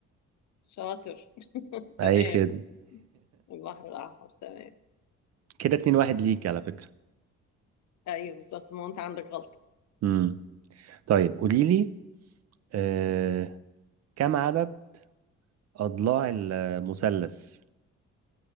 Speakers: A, on the left; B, on the right.
A: شاطر <laughs>
B: اي
A: تمام
B: خد
A: البحر الأحمر تمام
B: <laughs> كده اتنين واحد ليك على فكرة
A: أيوه بالظبط ما هو أنت عندك غلطة
B: امم طيب قولي لي أه كم عدد اضلاع المثلث